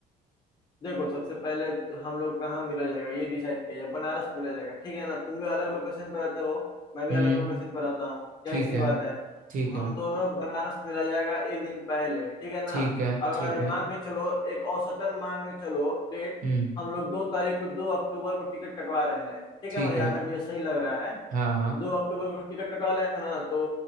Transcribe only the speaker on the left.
देखो सबसे पहले हम लोग कहाँ मिला जाएगा ये डिसाइड किया जाए बनारस मिला जाएगा ठीक है ना तुम भी अलग लोकेशन पर रहते हो मैं भी
अलग लोकेशन पर रहता हूँ
यही सी
बात है
तो
हम दोनों बनारस मिला जाएगा एक दिन पहले ठीक है ना
अगर
मांग के चलो एक औसतन मांग के चलो डेट
हम लोग दो तारीख को दो अक्टूबर को टिकट कटवा रहे हैं ठीक
है ना यहाँ
तक मुझे सही लग रहा है
दो अक्टूबर को टिकट कटवा रहे हैं ना तो